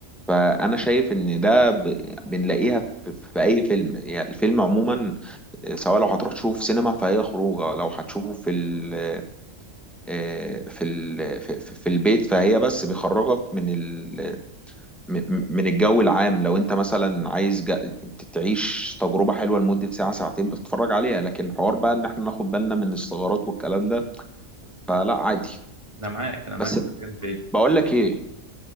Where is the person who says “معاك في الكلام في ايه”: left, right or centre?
Right